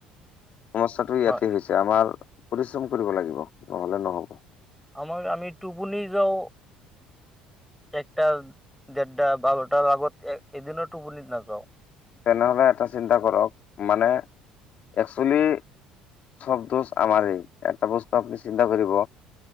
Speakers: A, on the left; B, in the centre.
A: সমস্যাটো ইয়াতে
B: হয়
A: হৈছে আমাৰ পৰিশ্ৰম কৰিব লাগিব নহলে নহব।
B: আমাৰ আমি টোপনি যাওঁ একটা ডেৰটা বাৰটাৰ আগত এ এদিনো টোপনি নাযাও।
A: তেনেহ'লে এটা চিন্তা কৰক মানে একচুৱেলি চব দোষ আমাৰেই এটা বস্তু আপুনি চিন্তা কৰিব